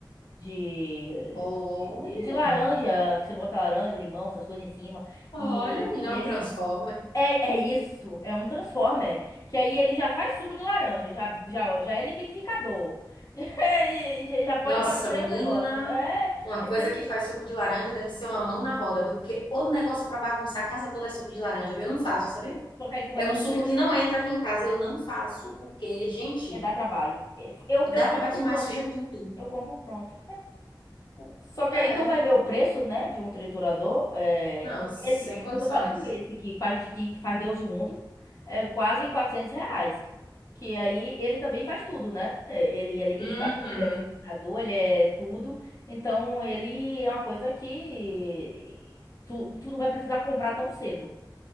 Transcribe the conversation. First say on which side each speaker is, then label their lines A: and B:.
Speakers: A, on the left; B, on the left.
A: de,
B: Olha,
A: de, de laranja, que você bota laranja, limão, essas coisas em cima.
B: olha,
A: E,
B: menina,
A: e
B: é um
A: ele,
B: transformer.
A: É, é isso, é um Transformer. Que aí ele já faz suco de laranja, já, já, já é liquidificador. <laughs> E Já, já pode
B: Nossa,
A: bater
B: menina,
A: o negócio. É,
B: uma
A: é 3
B: coisa que
A: em
B: faz
A: 1.
B: suco de laranja deve ser uma mão na roda, viu? Porque o negócio pra bagunçar a casa toda é suco de laranja, viu? Eu não faço, sabe?
A: Só que aí tu vai
B: É um
A: ver o
B: suco
A: preço,
B: que não entra aqui em casa, eu não faço, porque, gente,
A: é dar trabalho. Eu,
B: dá
A: eu compro
B: trabalho demais,
A: pronto.
B: suja tudo.
A: Eu compro pronto. Só que
B: Ah,
A: aí tu
B: é?
A: vai ver o preço, né, de um triturador. É,
B: Não, sem
A: esse,
B: condições.
A: eu tô falando esse que faz, que, que faz Deus do mundo, é quase 400 reais. Que aí ele também faz tudo, né? É, Ele é liquidificador,
B: Uhum.
A: ele é triturador, ele é tudo. Então ele é uma coisa que tu, tu não vai precisar comprar tão cedo,